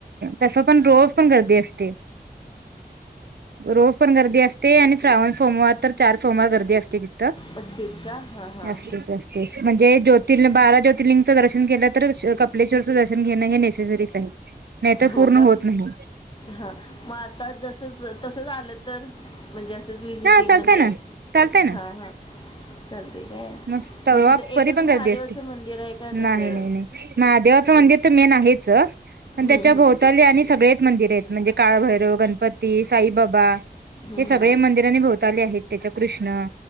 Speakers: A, on the right; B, on the left.
A: तस पण रोज पण गर्दी असते, रोज पण गर्दी असते आणि श्रावण सोमवार तर चार सोमवार गर्दी असते तिथं.
B: असतित का हा हां.
A: असतेच म्हणजे जोतिर न बारा ज्यो ज्यर्लिंगं दर्शन केलं तर कपलेश्वरचं दर्शन घेण हे नेसेसरीस आहे. नाही तर
B: हो
A: पूर्ण
B: का.
A: होत नाही
B: हा मग आता जसच तस आलं तर म्हणजे असं. जिटिंग
A: हा चालतय
B: म्हणजे
A: ना चालतय
B: हा हा चालते काय?
A: मस्त
B: मग
A: वा
B: तिथं एकच
A: वरी पण
B: महादेवाचं
A: गर्दी असते,
B: मंदिर आहे का कसं
A: नाही नाही नाही. महादेवाचं मंदिर तर मेन आहेच, पण
B: हं,
A: त्याच्या
B: हं,
A: भोवताले आणि सगळेच मंदिर आहेत. म्हणजे काळभैरव, गणपती, साईबाबा बा बा
B: हं,
A: हे
B: हं.
A: सगळे मंदिरानी भोवताले आहेत त्याच्या कृष्ण.